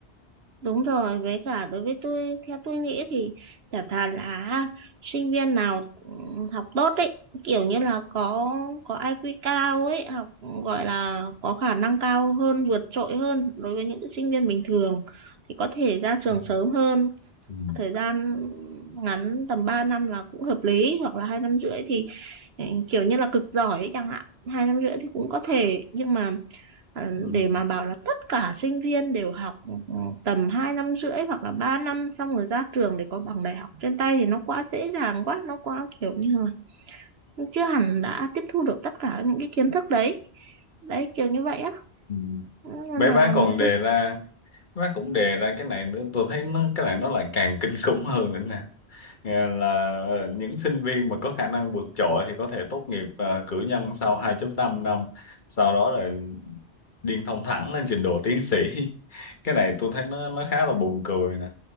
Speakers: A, on the right (about 70°); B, on the left (about 45°).
A: Đúng rồi, với cả đối với tôi, theo tôi nghĩ thì chả thà là sinh viên nào ừ, học tốt ấy, kiểu như là có có IQ cao ấy, học gọi là có khả năng cao hơn, vượt trội hơn đối với những sinh viên bình thường thì có thể ra trường
B: Ừ.
A: sớm hơn,
B: Ừ.
A: thời gian ngắn tầm 3 năm là cũng hợp lý hoặc là hai năm rưỡi thì ừ, kiểu như là cực giỏi ấy chẳng hạn, hai năm rưỡi thì cũng có thể nhưng mà Ờ,
B: Ừ.
A: để mà bảo là tất cả sinh viên đều học ừ, tầm 2 năm rưỡi hoặc là 3 năm xong rồi ra trường để có bằng đại học trên tay thì nó quá dễ dàng quá nó quá kiểu như là chưa hẳn đã tiếp thu được tất cả những cái kiến thức đấy đấy kiểu như vậy á
B: Ừ.
A: nên
B: bé
A: là
B: bá còn đề
A: tôi
B: ra bé bá cũng đề ra cái này nữa tôi thấy nó cái này nó lại càng <laughs> kinh khủng hơn nữa nè Nghe là ờ, những sinh viên mà có khả năng vượt trội thì có thể tốt nghiệp ờ, cử nhân sau 2.5 năm năm, sau đó là điên thông thẳng lên trình độ tiến sĩ <laughs> cái này tôi thấy nó nó khá là buồn cười nè